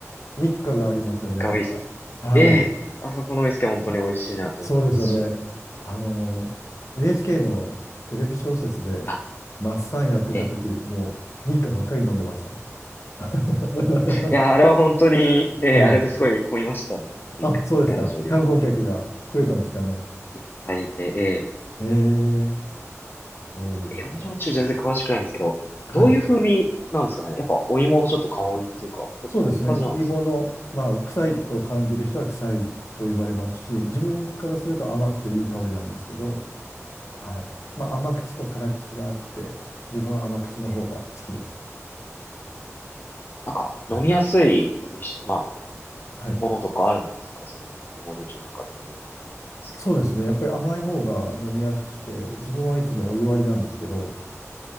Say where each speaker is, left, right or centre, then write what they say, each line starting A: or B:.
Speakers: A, on the left; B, on the left.
A: 日課がありますよね、
B: 日韓ウイスキー。
A: 確か。はい。
B: ええあそこのウイスキーは本当に美味しいなと思いますし。
A: そうですよね。あの、NHK のテレビ小説で、
B: あ、
A: マッサンやってた時、
B: ええ
A: もう日課ばっかり飲んでました。<laughs>
B: いや、あれは本当に、ええ、
A: はい。
B: あれですごい混みましたね。一回の蒸留所は。
A: あ、そうですか。観光客が増えたんですかね。
B: いっぱいいて、え
A: ええ、そうですか。
B: え、芋焼中全然詳しくないんですけど、
A: はい。
B: どういう風味なんですかねやっぱお芋のちょっと香りっていうか、ど、
A: そうですね。
B: どういう感じなんですか
A: 芋の、まあ、臭いと感じる人は臭いと言われますし、自分からすると甘くていい香りなんですけど、はい。まあ、
B: うん
A: 甘口と辛口があって、自分は甘口の方が好きです。
B: ええ、なんか飲みやすい品種、
A: はい。
B: まあ、
A: はい。
B: ものとかあるんですかその芋焼酎の中でもいろいろあるんですけど。
A: そうですね。やっぱり甘い方が飲みやすくて、自分はいつもお湯割りなんですけど、